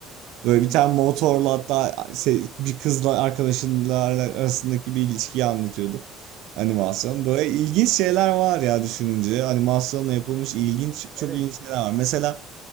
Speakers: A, on the right (about 65°); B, on the right (about 20°).
A: Böyle
B: Hı hı.
A: bir tane motorla hatta şey, bir kızla arkadaşlarla arasındaki bir ilişkiyi anlatıyordu. Animasyon. Böyle ilginç şeyler var ya düşününce. Animasyonla yapılmış ilginç, çok
B: Evet.
A: ilginç şeyler var. Mesela